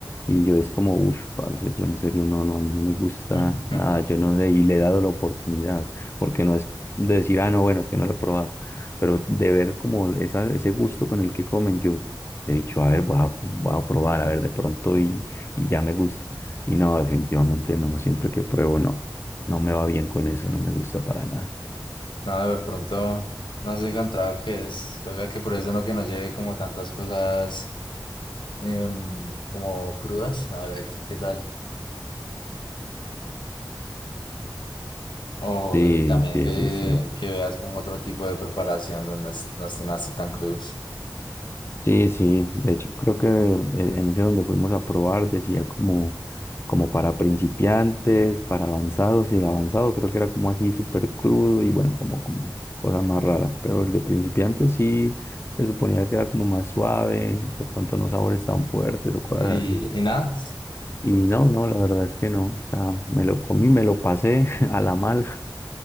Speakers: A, on the left (about 30°); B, on the left (about 75°).
A: Y yo es como, uff, parce, yo en serio, no, no, a mí no me gusta
B: <laughs>
A: nada, yo no sé, y le he dado la oportunidad, porque no es de decir, ah, no, bueno, es que no lo he probado, pero de ver como esa, ese gusto con el que comen, yo he dicho, a ver, voy a, voy a probar, a ver, de pronto y, y ya me gusta. Y no, definitivamente no, siempre que pruebo, no, no me va bien con eso, no me gusta para nada.
B: Nada, de pronto no has encontrado el que es. Toca que por eso no que no lleve como tantas cosas em, como crudas. A ver qué tal. O
A: Sí,
B: también
A: sí,
B: que,
A: sí, sí.
B: que veas como otro tipo de preparación donde no, es- no estén así tan crudos.
A: Sí, sí, de hecho creo que en en ese donde fuimos a probar decía como, como para principiantes, para avanzados y el avanzado creo que era como así súper crudo y bueno, como, como cosas más raras, pero el de principiantes sí se suponía que era como más suave, de pronto no sabores tan fuertes o cosas
B: Y,
A: así.
B: y nada,
A: Y no, no, la verdad es que no, o sea, me lo comí, me lo pasé <laughs> a la mala